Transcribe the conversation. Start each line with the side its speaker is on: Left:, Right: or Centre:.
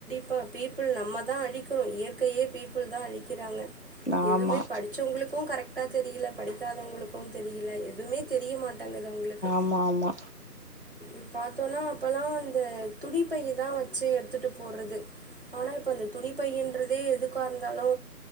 Right: இப்ப பீப்புல் நம்ம தா அழிக்கிறோ இயற்கையே பீப்புல் தா அழிக்கிறாங்க
Left: ஆமா
Right: எதுமே படிச்சவங்ளுக்கு கரெக்டா தெரில படிக்காதவங்ளுக்கு தெரியில. எதுமே தெரியமாட்டாங்கது அவுங்ளுக்கு
Left: ஆமா ஆமா
Right: ம் பாத்தோனா அப்பல்லா அந்த துணி பையதா வச்சு எடுத்துட்டு போறது ஆனா இப்ப இந்த துணி பையின்றதே எதுக்காருந்தாலு